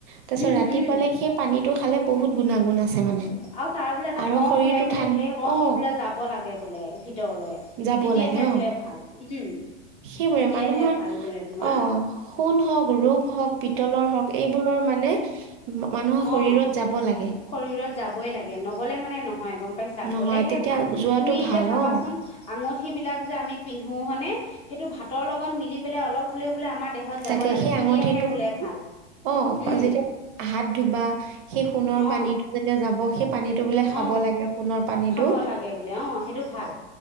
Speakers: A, on the right; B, on the left.
A: তাৰ পিছত
B: উম
A: ৰাতি
B: উম
A: পালে সেই পানী ত খালে বহুত গুণাগুণ আছে। মানে
B: আৰু তাৰ বোলে এটা
A: আৰু
B: কঢ়
A: শৰীৰটো
B: ধৰে বোলে
A: ঠান
B: সেই কঢ়
A: অ
B: বোলে যাব লাগে বোলে ভিতৰলৈ
A: যাব
B: তেতিয়াহে
A: লাগে অ
B: বোলে ভাল উম।
A: সেইবোৰে
B: তেতিয়াহে
A: মানুহৰ,
B: ভাল বোলে তোমাৰ
A: অ সোণ হওক ৰূপ হওক। পিতলৰ হওক এইবোৰৰ মানে, মানুহৰ শৰীৰত
B: অ
A: যাব লাগে।
B: শৰীৰত যাবই লাগে নগলে মানে নহয়। হয় গম পাইছা
A: নহয়
B: গ'লেহে
A: তেতিয়া
B: ভাল
A: যোৱাটো
B: তুমি
A: ভাল
B: এতিয়া চাবাচোন,
A: অ
B: আঙুঠি বিলাক যে আমি পিন্ধো হয়নে। সেইটো ভাতৰ লগত মিলি পেলাই অলপ হ'লেও বোলে আমাৰ দেহত যাব
A: তাকে
B: লাগে
A: সেই
B: তেতিয়াহে
A: আঙুঠিটো
B: বোলে ভাল
A: অ
B: উম
A: যেতিয়া, হাত ধুবা সেই সোণৰ
B: অ
A: পানীত যেতিয়া যাব সেই পানীটো বোলে
B: অ
A: খাব লাগে। সোণৰ পানীটো
B: খাব লাগে, বোলে অ সেইটো ভাল